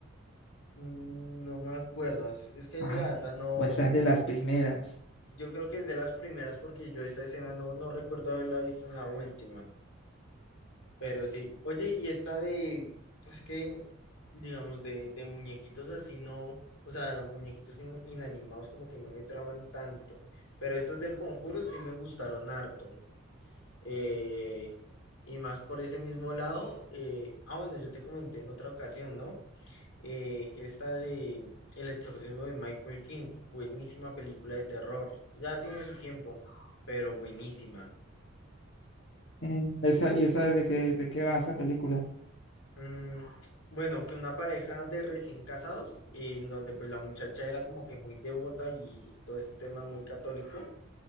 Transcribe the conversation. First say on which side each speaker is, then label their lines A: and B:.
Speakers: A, on the left (about 80°); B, on the left (about 55°).
A: Mm, No me acuerdo, es, es que
B: Ay,
A: la verdad no,
B: o esa es de las primeras.
A: yo creo que es de las primeras porque yo esa escena no, no recuerdo haberla visto en la última. Pero sí. Oye, y esta de, es que, digamos, de, de muñequitos así no, o sea, muñequitos in- inanimados como que no me traman tanto. Pero estas del Conjuro sí me gustaron harto. Eh, y más por ese mismo lado, eh, ah, bueno, yo te comenté en otra ocasión, ¿no? Eh, esta de El exorcismo de Michael King, buenísima película de terror. Ya tiene su tiempo, pero buenísima.
B: Mm, Esa, ¿y esa de qué, de qué va esa película?
A: Mm, bueno, que una pareja de recién casados, en donde pues la muchacha era como que muy devota y todo este tema muy católico,